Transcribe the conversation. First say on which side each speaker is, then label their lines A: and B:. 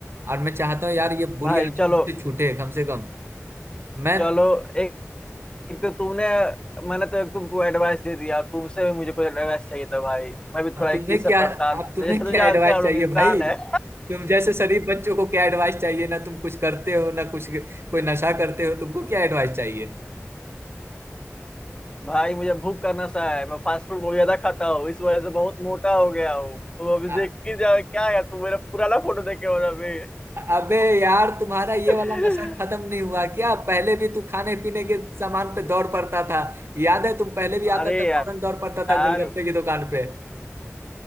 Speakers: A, on the right; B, on the left.
A: और मैं चाहता हूँ यार ये बुरी
B: भाई
A: आदत
B: चलो
A: मुझसे छूटे कम से कम मैं
B: चलो एक एक तो तुमने मैंने तो एक तो तू एडवाइस दे दिया तुमसे भी मुझे कुछ एडवाइस चाहिए था भाई मैं भी
A: अब
B: थोड़ा एक
A: तुम्हें
B: चीज से
A: क्या
B: परेशान हूँ।
A: अब तुम्हें
B: जैसे
A: क्या
B: तो जानते
A: एडवाइस
B: हैं हम
A: चाहिए
B: लोग इंसान
A: भाई
B: है
A: तुम जैसे शरीफ बच्चों को क्या एडवाइस चाहिए ना तुम कुछ करते हो ना कुछ कोई नशा करते हो तुमको क्या एडवाइस चाहिए
B: भाई मुझे भूख करना सा है मैं फास्ट फूड बहुत ज्यादा खाता हूँ इस वजह से बहुत मोटा हो गया हूँ तुम अभी
A: अ-
B: देख ही जाओ क्या है तुम मेरा पुराना फोटो देखे हो ना अभी
A: अबे यार तुम्हारा ये
B: <laughs>
A: वाला नशा खत्म नहीं हुआ क्या पहले भी तू खाने पीने के सामान पे दौड़ पड़ता था याद है तुम पहले भी आता
B: अरे
A: था
B: यार
A: फौरन दौड़ पड़ता था गोलगप्पे की दुकान पे